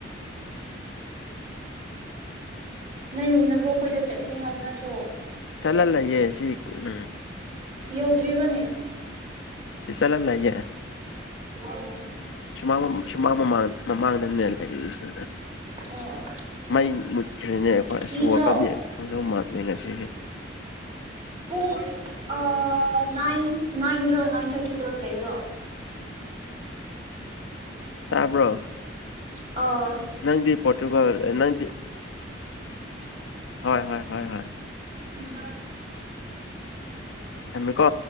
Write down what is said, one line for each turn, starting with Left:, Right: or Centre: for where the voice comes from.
Right: ꯅꯪ ꯅꯕꯣꯛ ꯈꯣꯏꯗ ꯆꯠꯀꯅꯤ ꯍꯥꯏꯕ ꯅꯠꯇ꯭ꯔꯣ
Left: ꯆꯠꯂ ꯂꯩꯌꯦ ꯁꯤ ꯑꯝ
Right: ꯌꯧꯗ꯭ꯔꯤꯕ꯭ꯔꯅꯦ
Left: ꯁꯤ ꯆꯠꯂ ꯂꯩꯑꯦ
Right: ꯑꯣ
Left: ꯁꯨꯃꯥꯡ ꯁꯨꯃꯥꯡ ꯃꯃꯥꯡ ꯃꯃꯥꯡꯗꯅꯦ ꯂꯩꯔꯤꯁꯦ
Right: ꯑꯣ ꯑꯣ
Left: ꯃꯩ ꯃꯨꯠꯈ꯭꯭ꯔꯦꯅꯦ ꯑꯩꯈꯣꯏ
Right: ꯀꯤꯗ꯭ꯔꯣ
Left: ꯑꯁ ꯋꯥꯜ ꯀꯥꯞ ꯌꯦꯡꯕ ꯐꯪꯗꯧ ꯃꯥꯟꯗ꯭ꯔꯦ ꯉꯁꯤꯗꯤ
Right: ꯄꯨꯡ ꯅꯥꯏꯟ ꯅꯥꯏꯟꯗ꯭ꯔꯣ ꯅꯥꯏꯟ ꯊꯥꯔꯇꯤꯗꯔꯣ ꯂꯩꯕꯗꯣ
Left: ꯇꯥꯕ꯭ꯔꯣ
Right: ꯑꯣ
Left: ꯅꯪꯗꯤ ꯄꯣꯔꯇꯨꯒꯜ ꯅꯪꯗꯤ ꯍꯣꯏ ꯍꯣꯏ ꯍꯣꯏ ꯍꯣꯏ
Right: ꯎꯝ
Left: ꯊꯝꯃꯦ ꯀꯣ